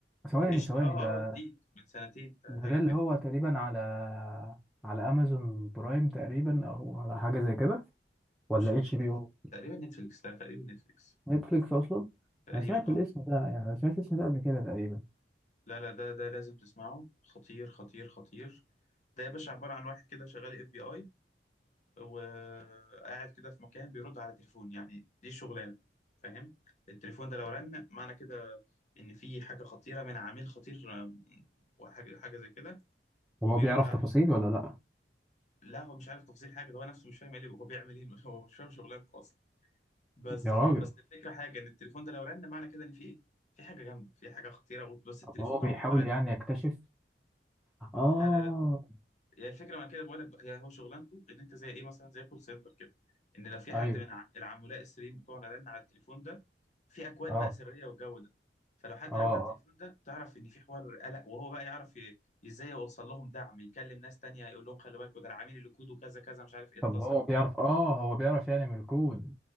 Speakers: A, in the centre; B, on the left (about 40°).
A: ثواني
B: مش
A: ثواني
B: اه
A: ده
B: اه جديد من سنتين
A: ده
B: حاجه
A: ده اللي
B: كده
A: هو تقريبا على على امازون برايم تقريبا او على حاجه زي كده ولا
B: مش فاكر
A: اتش
B: تق-
A: بي او
B: تقريبا نتفليكس لا تقريبا نتفليكس
A: نتفليكس اصلا
B: تقريبا
A: انا سمعت
B: اه
A: الاسم ده يعني أنا سمعت الاسم ده قبل كده تقريبا
B: لا لا ده ده لازم تسمعه خطير خطير خطير ده يا باشا عباره عن واحد كده شغال اف بي اي وقاعد كده في مكان بيرد على تليفون يعني دي شغلانه فاهم التليفون ده لو رن معنى كده ان في حاجه خطيره من عميل خطير آم، وحاجه حاجه زي كده
A: هو
B: وبيرد
A: بيعرف
B: على
A: تفاصيل ولا لا
B: لا هو مش عارف تفاصيل حاجه ده هو نفسه مش فاهم ايه اللي هو بيعمل ايه <laughs> هو مش فاهم شغلانته اصلا بس
A: يا
B: فاهم
A: راجل
B: بس الفكره حاجه ان التليفون ده لو رن معنى كده ان في ايه في حاجه جامده في حاجه خطيره بس التليفون
A: طب هو
B: ده
A: بيحاول
B: عمره ما رن
A: يعني يكتشف اه
B: لا لا هي الفكره ما كده بقول لك بقى هي هو شغلانته ان انت زي ايه مثلا زي كول سنتر كده ان لو في
A: ايوه
B: حد من ع- العملاء السريين بتوعنا رن على التليفون ده في اكواد
A: اه
B: بقى سريه والجو ده فلو حد
A: اه
B: رن على التليفون
A: آه.
B: ده تعرف ان في حوار قلق وهو بقى يعرف ي- ازاي يوصل لهم دعم يكلم ناس تانية يقول لهم خلي بالكوا ده العميل اللي كوده كذا كذا مش عارف ايه اتصل
A: طب هو بيعرف اه هو بيعرف يعني من الكود